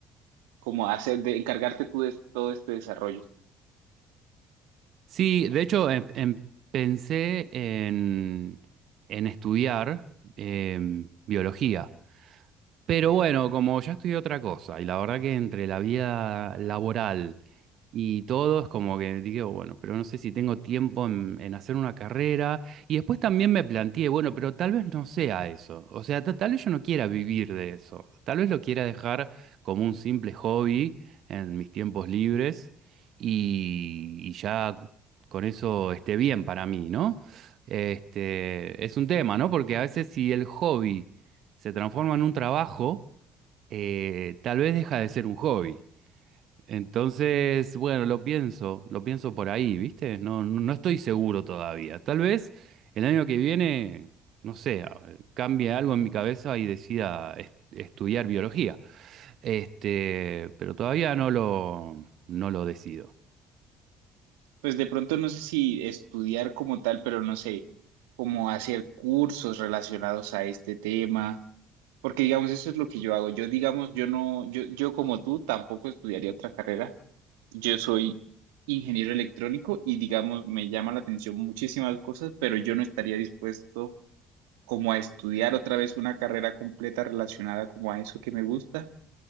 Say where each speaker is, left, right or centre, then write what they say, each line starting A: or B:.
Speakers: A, on the right; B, on the right.
A: como hacer, de, encargarte tú de todo este desarrollo?
B: Sí, de hecho, em- em- pensé en, en estudiar em, biología. Pero bueno, como ya estudié otra cosa, y la verdad que entre la vida laboral y todo es como que digo, bueno, pero no sé si tengo tiempo en, en hacer una carrera. Y después también me planteé, bueno, pero tal vez no sea eso. O sea, ta- tal vez yo no quiera vivir de eso. Tal vez lo quiera dejar como un simple hobby en mis tiempos libres y, y ya con eso esté bien para mí, ¿no? Este, es un tema, ¿no? Porque a veces si el hobby se transforma en un trabajo, eh, tal vez deja de ser un hobby. Entonces, bueno, lo pienso, lo pienso por ahí, ¿viste? No, no no estoy seguro todavía. Tal vez el año que viene, no sé, a- cambie algo en mi cabeza y decida est- estudiar biología. Este, pero todavía no lo, no lo decido.
A: Pues de pronto no sé si estudiar como tal, pero no sé, como hacer cursos relacionados a este tema, porque digamos, eso es lo que yo hago. Yo, digamos, yo no, yo, yo como tú tampoco estudiaría otra carrera. Yo soy ingeniero electrónico y digamos, me llama la atención muchísimas cosas, pero yo no estaría dispuesto como a estudiar otra vez una carrera completa relacionada como a eso que me gusta,